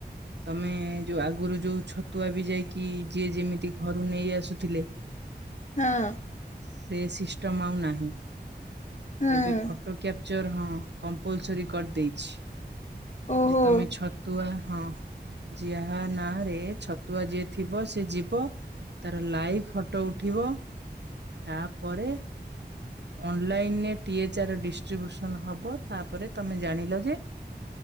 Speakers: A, on the right; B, on the left.
A: ତମେ ଯୋଉ ଆଗରୁ ଯୋଉ ଛତୁଆ ବି ଯାଇକି ଯିଏ ଯେମିତି ଘରୁ ନେଇ ଆସୁଥିଲେ।
B: ହଁ।
A: ସେ ସିଷ୍ଟମ ଆଉ ନାହିଁ
B: ହଁ
A: ଏବେ ଫଟୋ କ୍ୟାପ ଚର ହଁ କମ୍ପଲସରି କରିଦେଇଛି।
B: ଓହୋ
A: ଯେ ତମେ ଛତୁଆ ହଁ ଯାହା ନାଁ ରେ ଛତୁଆ ଯିଏ ଥିବ ସିଏ ଯିବ ତାର ଲାଇଭ ଫଟୋ ଉଠିବ ତାପରେ ଅନଲାଇର ଟିଏଚାର ଡିଷ୍ଟ୍ରିବୁସନ ହବ ତାପରେ ତମେ ଜାଣିଲ ଯେ